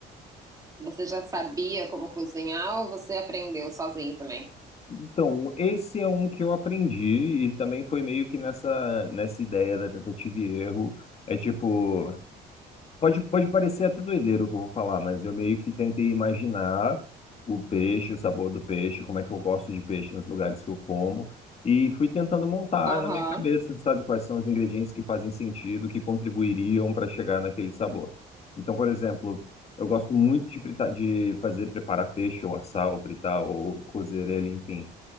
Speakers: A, on the right (about 20°); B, on the left (about 40°).
A: você já sabia como cozinhar ou você aprendeu sozinho também?
B: Então, esse é um que eu aprendi e também foi meio que nessa, nessa ideia da tentativa e erro. É tipo, Pode, pode parecer até doideiro o que eu vou falar, mas eu meio que tentei imaginar o peixe, o sabor do peixe, como é que eu gosto de peixe nos lugares que eu como, e fui tentando montar
A: Aham.
B: na minha cabeça, sabe, quais são os ingredientes que fazem sentido, que contribuiriam para chegar naquele sabor. Então, por exemplo, eu gosto muito de, fritar, de fazer preparar peixe, ou assar, ou fritar, ou cozer ele, enfim